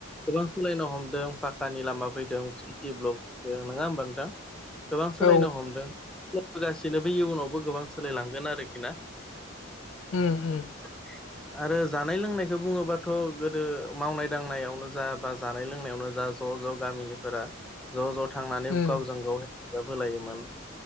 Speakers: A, in the centre; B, on the left (about 70°).
A: गोबां सोलायनो हमदों पाकानि लामा फैदों <unintelligible> ब्लक नङा होमबा नोंथां गोबां सोलायनो
B: औ
A: हमदों होगासिनो बे इयुनावबो गोबां सोलायलांगोन आरोखि ना
B: ओम ओम
A: <unintelligible> आरो जानाय लोंनायखौ बुङोबाथ' गोदो मावनाय दांनायावनो जा बा जानाय लोंनायावनो जा ज' ज' गामिनिफोरा ज' ज' थांनानै
B: उम
A: गावजों गाव हेफाजाब होलायोमोन